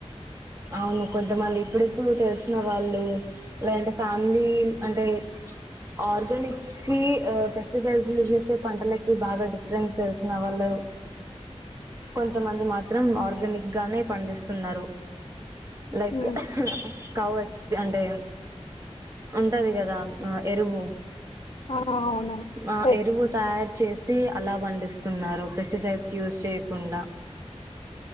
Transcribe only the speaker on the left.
ఉమ్
ఆ అవును
పెస్ట్